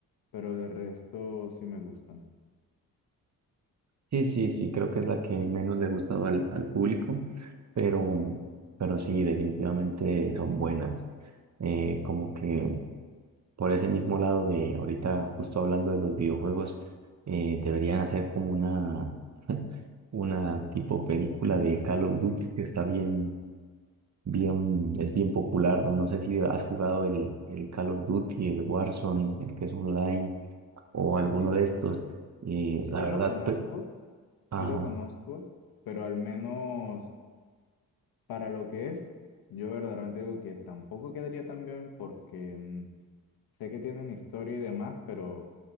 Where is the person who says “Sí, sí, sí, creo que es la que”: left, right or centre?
Right